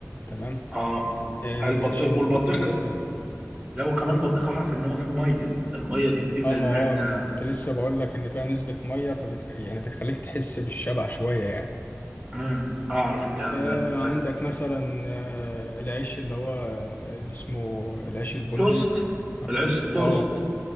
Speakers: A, on the left (about 35°); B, on the right (about 20°).
A: تمام
B: اه
A: آه،
B: البطيخ
A: عشان بتبقى
B: والبطيخ
A: فيه نسبة
B: لو كمان البطيخ اعرف ان هو فيه ميه الميه دي بتملى
A: اه
B: المعده
A: ما هو كنت لسه بقول لك ان فيها نسبة مية فبتخ... يعني بتخليك تحس بالشبع شوية يعني
B: امم اعرف الكلام
A: آه
B: ده
A: عندك مثلا آه العيش اللي هو اللي اسمه العيش البني
B: فتوست
A: اه
B: العيش توست
A: اه